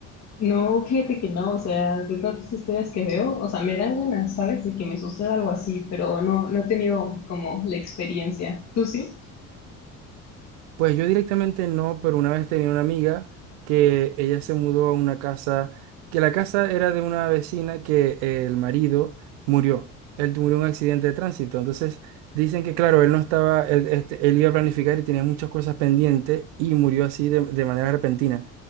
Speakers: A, on the left; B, on the right.
A: No, fíjate que no, o sea, de tantas historias que veo, o sea, me dan ganas, ¿sabes? De que me suceda algo así, pero no, no he tenido como la experiencia. ¿Tú sí?
B: Pues yo directamente no, pero una vez tenía una amiga que ella se mudó a una casa, que la casa era de una vecina que eh, el marido murió. Él murió en un accidente de tránsito. Entonces dicen que, claro, él no estaba, él, este, él iba a planificar y tenía muchas cosas pendientes y murió así de, de manera repentina.